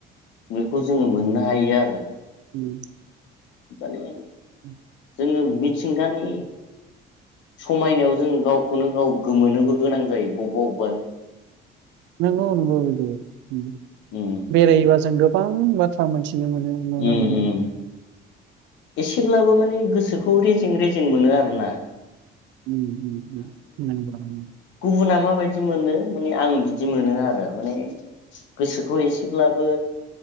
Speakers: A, on the left; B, on the right.
A: बेखौ जोङो मोन नो हायो आरो।
B: उम।
A: बाने
B: उम।
A: जोङो मिथिंगानि समायनायाव जों गावखौनो गाव गोमोनोबो गोनां जायो बबबा बब
B: नोंगौ नोंगौ <unintelligible>
A: उम
B: बेरायोबा जों गोब गोबां बाथ्रा मोनथि मिथिनो मोनो नुनो
A: उम
B: मोनो
A: उम
B: ।
A: एसेब्लाबो माने गोसोखौ रेजें रेजें मोनो आरो ना।
B: उम उम <unintelligible>
A: गुबुना माबायदि मोनो माने आं बिदि मोनो आरो माने गोसोखौ एसेब्लाबो